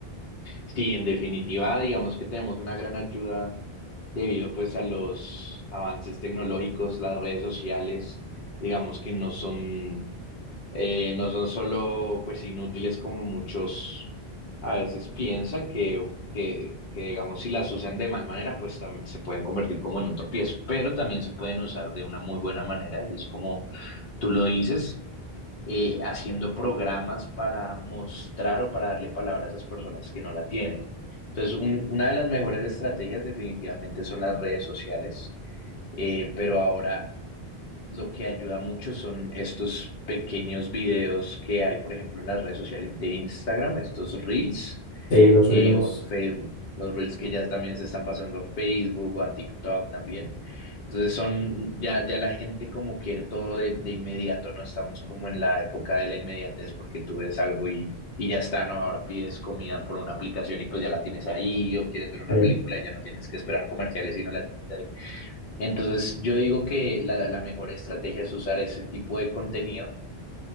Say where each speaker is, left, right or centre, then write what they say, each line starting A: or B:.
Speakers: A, on the left; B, on the left.
A: Sí, en definitiva, digamos que tenemos una gran ayuda debido pues a los avances tecnológicos, las redes sociales, digamos que no son, eh, no son solo pues inútiles como muchos a veces piensan que, que, que, digamos si las usan de mal manera pues tam- se pueden convertir como en un tropiezo, pero también se pueden usar de una muy buena manera y es como tú lo dices eh, haciendo programas para mostrar o para darle palabra a esas personas que no la tienen. Entonces, un- una de las mejores estrategias definitivamente son las redes sociales, eh, pero ahora lo que ayuda mucho son estos pequeños videos que hay, por ejemplo, en las redes sociales de Instagram, estos reels,
B: Sí, los
A: eh,
B: Reels.
A: o en Facebook, los Reels que ya también se están pasando a Facebook o a TikTok también. Entonces son, ya, ya la gente como quiere todo de, de inmediato, no estamos como en la época de la inmediatez porque tú ves algo y, y ya está, ¿no? Ahora pides comida por una aplicación y pues ya la tienes ahí, o quieres ver una
B: Sí,
A: película y ya no tienes que esperar comerciales y no la tienes ahí. Entonces yo digo que la, la mejor estrategia es usar ese tipo de contenido